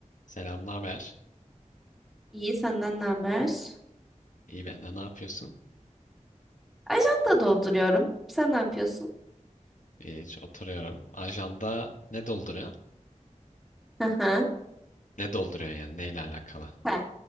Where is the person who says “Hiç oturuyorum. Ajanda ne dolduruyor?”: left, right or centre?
Left